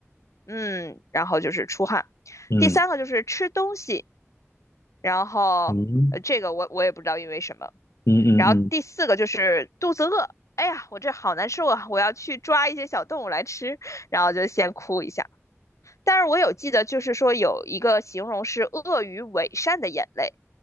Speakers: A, on the left; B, on the left.
A: 嗯，然后就是出汗。
B: 嗯
A: 第三个就是吃东西，然后呃这个我我也不知道因为什么。
B: 嗯嗯嗯嗯，
A: 然后第四个就是肚子饿，哎呀，我这好难受啊，我要去抓一些小动物来吃，然后就先哭一下。但是我有记得，就是说有一个形容是鳄鱼伪善的眼泪，